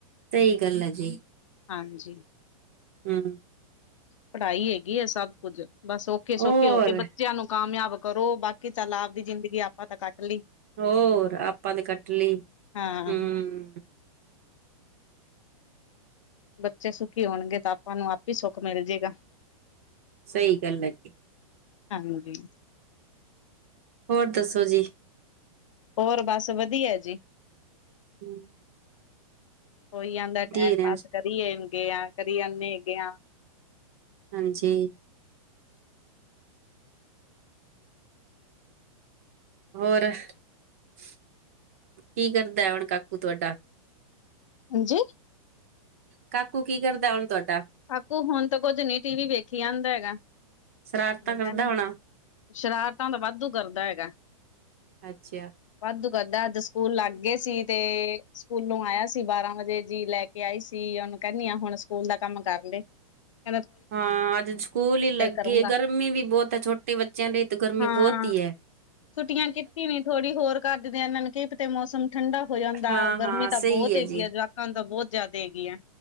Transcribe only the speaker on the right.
ਸਹੀ ਗੱਲ ਹੈ ਜੀ।
ਹੂੰ।
ਹੋਰ
ਹੋਰ ਆਪਾਂ ਵੀ ਕੱਟ ਲਈ
ਹੁੰ।
ਸਹੀ ਗੱਲ ਐ ਜੀ।
ਹੋਰ ਦੱਸੋ ਜੀ।
ਹੂੰ।
ਹੀ ਰਹਿਣ
ਹਾਂਜੀ। ਹੋਰ, <unintelligible> ਕੀ ਕਰਦਾ ਏ ਹੁਣ ਕਾਕੂ ਤੁਹਾਡਾ।
ਕਾਕੂ ਕੀ ਕਰਦਾ ਏ ਹੁਣ ਤੁਹਾਡਾ?
ਸ਼ਰਾਰਤਾਂ
ਕਰਦਾ
ਹੋਣਾ
ਅੱਛਾ
ਹਾਂ ਅੱਜ ਛਕੂਲ ਈ ਲੱਗੇ
ਗਰਮੀ ਵੀ ਬਹੁਤ ਏ ਛੋਟੇ ਬੱਚਿਆਂ ਲਈ ਤਾਂ ਗਰਮੀ
ਬਹੁਤ ਈ ਏ।
ਹਾਂ
ਹਾਂ
ਸਹੀ
ਹੈ ਜੀ